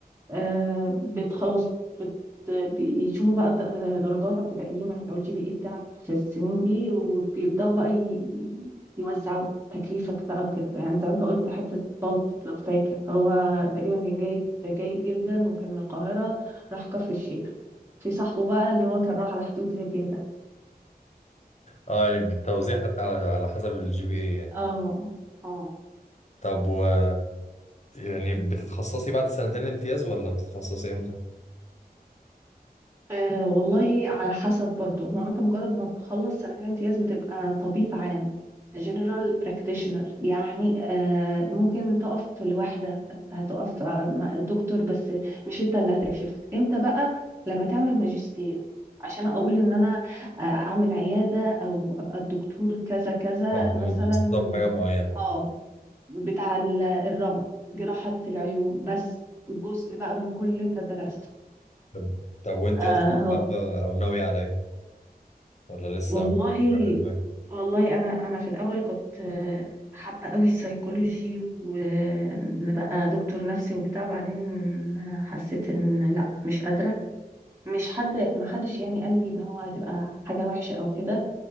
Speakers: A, on the right (about 15°); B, on the left (about 45°).
A: آه، بت خلاص بت بيشوفوا بقى د- درجاتك وتقييمك او الجي بي اي بتاعك في السنين دي وبيبداوا بقى ي- يوزعوا تكليفك بقى وكده يعني زي ما انت قلت حته بلطو لو فاكر هو تقريبا كان جايب جيد جدا وكان من القاهره راح كفر الشيخ في صاحبه بقى اللي هو كان راح على حدود ليبيا ده
B: اه يعني بالتوزيع
A: ف-
B: حتى على على حسب الجي بي اي يعني
A: اه اه
B: طب و يعني بتتخصصي بعد سنتين الامتياز ولا بتتخصصي امتى؟
A: آه والله على حسب برضو هو انت مجرد ما بتخلص سنتين الامتياز بتبقى طبيب عام general practitioner يعني آه ممكن تقف لوحدة هتقف مع دكتور بس مش انت اللي هتكشف امتى بقى لما تعمل ماجستير عشان اقول ان انا آه، اعمل عيادة او ابقى الدكتور كذا كذا
B: آه، بتبقي
A: مثلا
B: متخصصة في حاجة معينة
A: اه بتاع ال- الرمد جراحة العيون بس جزء بقى من كل اللي انت درسته
B: طب طب وانت
A: فاهم
B: اصلا حابه او ناويه على ايه ولا لسه
A: والله
B: ما فيش حاجة في دماغك
A: والله انا انا في الاول كنت آه، حابه قوي السيكولوجي وان بقى دكتور نفسي وبتاع بعدين حسيت ان لا مش قادره مش حد ما حدش يعني قال لي ان هو هتبقى حاجه وحشه او كده